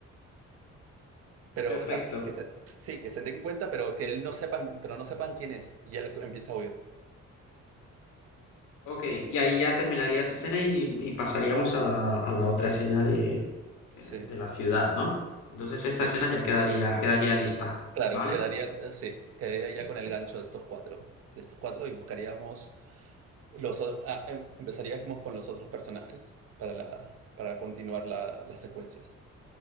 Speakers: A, on the right; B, on the left.
A: pero,
B: perfecto.
A: o sea, que se, sí, que se den cuenta, pero que él no sepan, pero no sepan quién es. Y él empieza a huir.
B: Ok, y ahí ya terminaría esa escena y, y pasaríamos a la, a la otra escena de,
A: Sí,
B: eh, de la ciudad, ¿no? Entonces esta
A: sí,
B: escena ya quedaría, quedaría lista,
A: claro,
B: ¿vale?
A: quedaría, eh, sí, quedaría ya con el gancho de estos cuatro, de estos cuatro y buscaríamos los, o- ah, em- empezaríamos con los otros personajes para la, para continuar la- las secuencias.